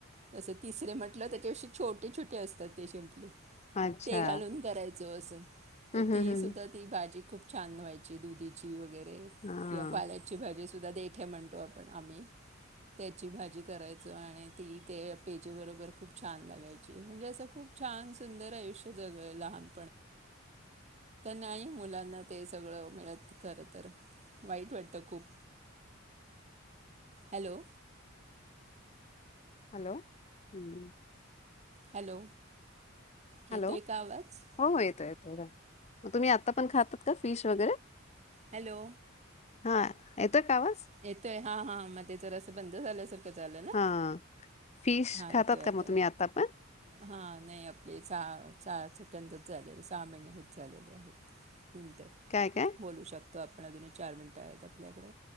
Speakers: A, on the right (about 35°); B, on the left (about 35°).
A: जसे तिसरे म्ह <inaudible> छटे छोटे असतात ते शेमपले
B: अच्छा
A: ते घालून करायचं जो असं तर
B: हम्म
A: ती
B: हम्म हम्म
A: सुद्धा ती भाजी खूप छदान व्हायची दुधीची वगैरे
B: हा
A: किंवा पाल्याची भाजी सुधा देठे म्हणतो आपण आम्ही त्याची भाजी कराय आणि ती ते पेजी बरोबर खूप छान लागायची म्हणजे असं खूप छान सुंदर आयुष्य जग लहान आ मुलांना ते सगळ मित खर तर वाई वाटत खप हलो
B: हॅलो हम्म
A: हॅलो हे
B: हॅलो
A: तु का वाच
B: हो हो येतो मग तुम्ही आता पण खातात का फिश वगैरे
A: हॅलो
B: हा का आवाज?
A: येतोय हा हा मग ते तर अस बंद झाल्यासारखं झालं ना
B: हा फिश
A: हा
B: खातात
A: येतोय
B: का
A: आता
B: मग तुम्ही पण?
A: हा नाही आपली हा चहा सुटंदच झाले सहा महिने हेच झालेले आहेत मिट
B: काय काय?
A: बोलू शकतो त आपण दून चार मिनट काय आहेत आपल्याकडे